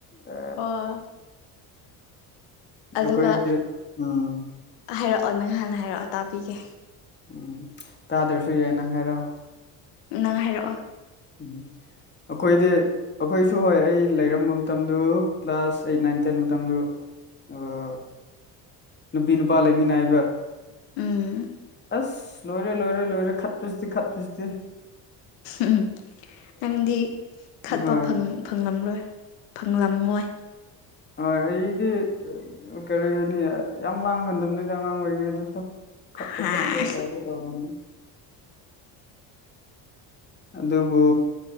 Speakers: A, on the left; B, on the left.
A: ꯑ
B: ꯑꯣ ꯑꯗꯨꯒ
A: ꯑꯩꯈꯣꯏꯒꯤ ꯎꯝ
B: ꯍꯥꯏꯔꯛꯑꯣ ꯅꯪ ꯍꯥꯟꯅ ꯍꯥꯏꯔꯛꯑꯣ ꯇꯥꯕꯤꯒꯦ
A: ꯎꯝ ꯇꯥꯗ꯭ꯔꯁꯨ ꯌꯥꯏ ꯅꯪ ꯍꯥꯏꯔꯛꯑꯣ
B: ꯅꯪ ꯍꯥꯏꯔꯛꯑꯣ
A: ꯎꯝ ꯑꯩꯈꯣꯏꯗꯤ ꯑꯩꯈꯣꯏꯁꯨ ꯍꯣꯏ ꯑꯩ ꯂꯩꯔꯝꯕ ꯃꯇꯝꯗꯨ ꯀ꯭ꯂꯥꯁ ꯑꯩꯠ ꯅꯥꯏꯟ ꯇꯦꯟ ꯃꯇꯝꯗꯨ ꯑ ꯅꯨꯄꯤ ꯅꯨꯄꯥ ꯂꯩꯃꯤ ꯅꯥꯏꯕ
B: ꯎꯝ
A: ꯑꯁ ꯂꯣꯏꯔꯦ ꯂꯣꯏꯔꯦ ꯂꯣꯏꯔꯦ ꯈꯠꯄ꯭ꯔꯁꯤꯗꯤ ꯈꯠꯄ꯭ꯔꯁꯤꯗꯤ
B: ꯎꯝ ꯅꯪꯗꯤ ꯈꯠꯄ
A: ꯍꯣꯏ
B: ꯐꯪ ꯐꯪꯂꯝꯔꯣꯏ ꯐꯪꯂꯝꯃꯣꯏ
A: ꯍꯣꯏ ꯑꯩꯗꯤ ꯀꯔꯤ ꯍꯥꯏꯅꯤ ꯌꯥꯝ ꯂꯥꯡꯒꯟꯗꯕꯅꯤꯗ ꯑꯉꯥꯡ ꯑꯣꯏꯔꯤꯉꯩꯗꯁꯨ ꯈꯛꯄ
B: ꯍꯥꯏ
A: ꯈꯠꯄ ꯏꯗꯤ ꯇꯥꯔꯝꯅꯤ ꯑꯗꯨꯕꯨ